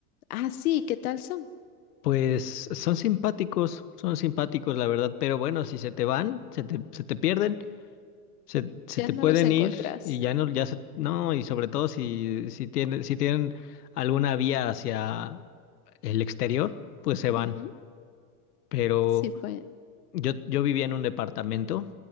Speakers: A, on the left; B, on the left.
A: Ah, sí, ¿qué tal son?
B: Pues son simpáticos, son simpáticos, la verdad, pero bueno, si se te van, se te, se te pierden, se, se
A: Ya
B: te
A: no
B: pueden
A: los encontrás.
B: ir y ya no, ya se, no, y sobre todo si, si tienen, si tienen alguna vía hacia el exterior, pues se van.
A: Ujú,
B: Pero
A: Sí pueden.
B: yo, yo vivía en un departamento